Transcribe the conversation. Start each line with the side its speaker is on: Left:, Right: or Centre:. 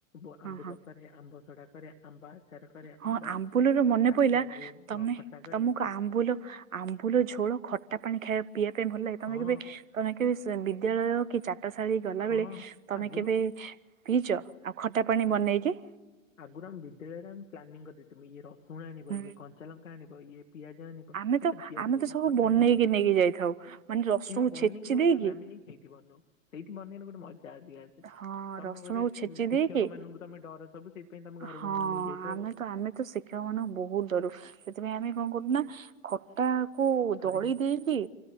Left: ବୋଉ
Right: ହଁ
Left: ଆମ୍ବୁଲ
Right: ହଁ
Left: କରେ ଆମ୍ବ ସଡା କରେ ଆମ୍ବ ଆଚାର କରେ
Right: ହଁ
Left: ଆମ୍ବ
Right: ଆମ୍ବୁଲରୁ ମନେ
Left: ଟାକୁଆକୁ
Right: ପଇଲା ତମେ
Left: ଖଟା କରେ
Right: ତମକୁ ଆମ୍ବୁଲ। ଆମ୍ବୁଲ ଝୋଳ ଖଟା ପାଣି ଖାଇବା ପିଇବା ପାଇଁ ଭଲ ଲାଗେ
Left: ହଁ
Right: ତମେ କେବେ ତମେ କେବେ ବିଦ୍ୟାଳୟ। କି ଚାଟଶାଳୀ ଗଲାବେଳେ
Left: ହଁ
Right: ତମେ
Left: ଆଗରୁ
Right: କେବେ ପିଇଚ ଆଉ ଖଟା ପାଣି ବନେଇକି।
Left: ଆଗୁରୁ ଆମ ବିଦ୍ୟାଳୟରେ ଆମେ ପ୍ଲାନିଂ କରିଦେଇଥିବୁ ଇଏ ରସୁଣ ଆଣିବ
Right: ହୁଁ
Left: ଇଏ କଞ୍ଚାଲଙ୍କା ଆଣିବ। ତ ଇଏ ପିଆଜ ଆଣିବ।
Right: ଆମେ ତ
Left: ସେଠି ପିଆଜ
Right: ଆମେ ତ ସବୁ
Left: ଖଟା
Right: ବନେଇକି
Left: ଆଣିବ
Right: ନେଇକି ଯାଇଥାଉ ମାନେ ରସୁଣକୁ
Left: ନା ବନେଇକି
Right: ଛେଚି
Left: ନୋଉନା
Right: ଦେଇକି
Left: ମାମିନି। ସେଇଠି ବନଉ ସେଇଠି ବନେଇଲେ ଗୋଟେ ମଜା ଅଧିକା ଆସେ।
Right: ହଁ
Left: ତମେ
Right: ରସୁଣକୁ
Left: ବୋଧେ
Right: ଛେଚି
Left: ଶିକ୍ଷକ
Right: ଦେଇକି
Left: ମାନଙ୍କୁ ତମେ ଡର ସବୁ ସେଇଥିପାଇଁ ତମେ ଘର
Right: ହଁ
Left: ବେନେଇକି ନେଇଯାଇଥାଅ।
Right: ଆମେ ତ ଆମେ ତ ଶିକ୍ଷକ ମାନଙ୍କୁ ବହୁତ ଡରୁ ସେଥିପାଇଁ ଆମେ କଣ କରୁ ନା। ଖଟା କୁ
Left: ଥରେ
Right: ଦଳି
Left: ଯେ
Right: ଦେଇକି